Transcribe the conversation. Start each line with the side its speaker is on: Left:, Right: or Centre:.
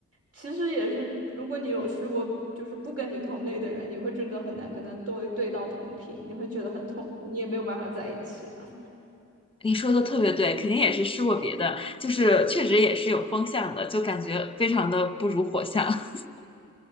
Right: 其实也是，如果你有试过就是不跟你同类的人，你会真的很难跟他对对到同频，你会觉得很痛苦，你也没有办法在一起。啊。
Left: 你说的特别对，肯定也是试过别的，就是确实也是有风向的，就感觉非常的不如火象。<laughs>